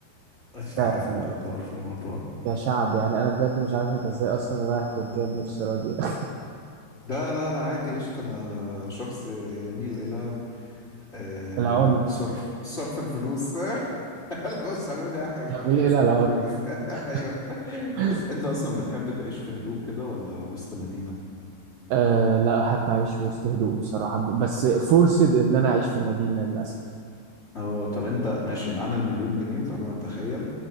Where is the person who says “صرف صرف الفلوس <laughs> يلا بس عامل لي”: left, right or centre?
Left